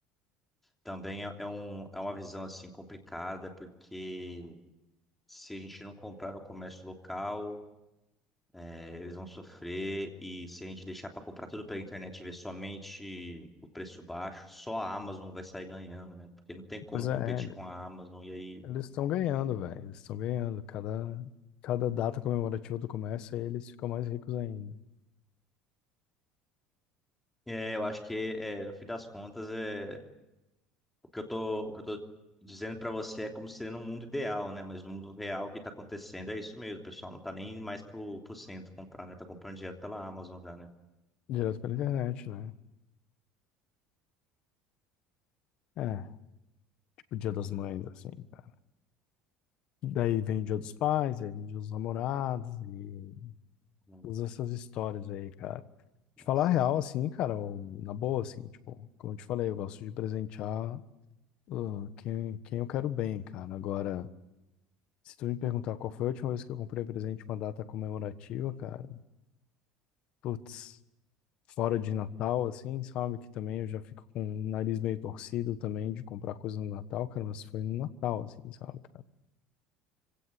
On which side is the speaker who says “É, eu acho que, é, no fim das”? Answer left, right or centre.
Centre